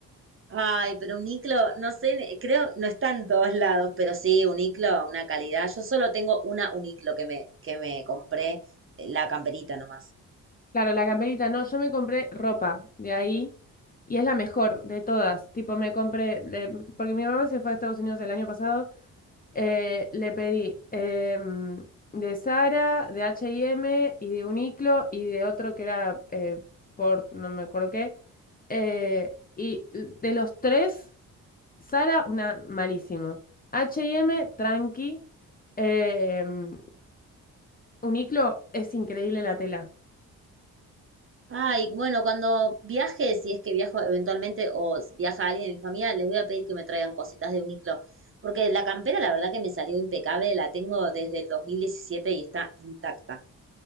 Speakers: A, on the right; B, on the left.
A: Ay, pero un iclo, no sé, creo, no está en todos lados, pero sí, un iclo, una calidad. Yo solo tengo una uniclo que me, que me compré, eh, la camperita nomás.
B: Claro, la camperita, no, yo me compré ropa de ahí y es la mejor de todas. Tipo, me compré, le- porque mi mamá se fue a Estados Unidos el año pasado Eh, le pedí em, de Zara, de H&M y M y de Uniqlo y de otro que era eh, por no me acuerdo qué. Eh, y de los tres, Zara, una malísimo. H&M, tranqui. Em, Uniqlo es increíble la tela.
A: Ay, bueno, cuando viaje, si es que viajo eventualmente o s- viaja alguien de mi familia, les voy a pedir que me traigan cositas de uniclo, porque la campera la verdad que me salió impecable, la tengo desde el 2017 y está intacta.